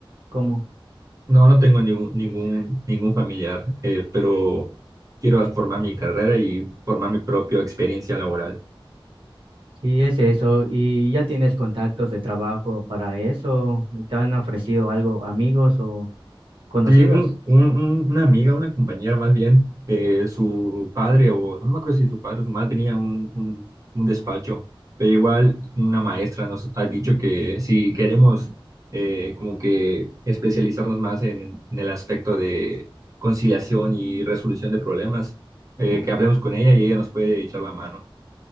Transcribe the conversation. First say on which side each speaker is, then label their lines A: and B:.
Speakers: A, on the right; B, on the right.
A: cómo?
B: No, no tengo ningún, ningún, ningún familiar, eh, pero quiero formar mi carrera y formar mi propia experiencia laboral.
A: Sí, es eso. ¿Y ya tienes contactos de trabajo para eso? ¿Te han ofrecido algo amigos o conocidos?
B: Sí, un- un- un- una amiga, una compañera más bien, eh, su padre, o no me acuerdo si su padre o su madre tenía un, un- un despacho, pero igual una maestra nos ha dicho que si queremos eh, como que especializarnos más en, en el aspecto de conciliación y resolución de problemas, eh, que hablemos con ella y ella nos puede echar la mano.